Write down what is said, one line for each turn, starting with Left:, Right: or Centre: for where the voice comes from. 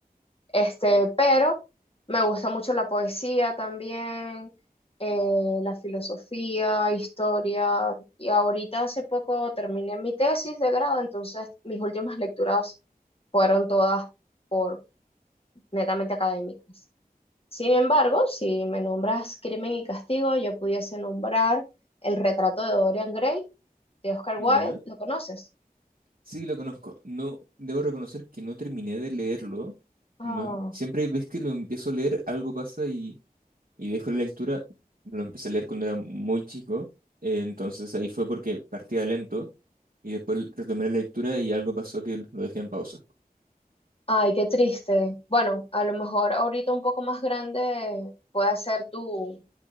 Left: Este, pero me gusta mucho la poesía también, eh, la filosofía, historia. Y ahorita hace poco terminé mi tesis de grado, entonces mis últimas lecturas fueron todas por netamente académicas. Sin embargo, si me nombras Crimen y Castigo, yo pudiese nombrar El retrato de Dorian Gray de Oscar
Right: ya.
Left: Wilde. ¿Lo conoces?
Right: Sí, lo conozco. No, debo reconocer que no terminé de leerlo.
Left: Ah.
Right: No, siempre ves que lo empiezo a leer, algo pasa y, y dejo la lectura. Lo empecé a leer cuando era muy chico. eh, entonces ahí fue porque partía lento y después retomé la lectura y algo pasó que lo dejé en pausa.
Left: Ay, qué triste. Bueno, a lo mejor ahorita un poco más grande puede ser tu,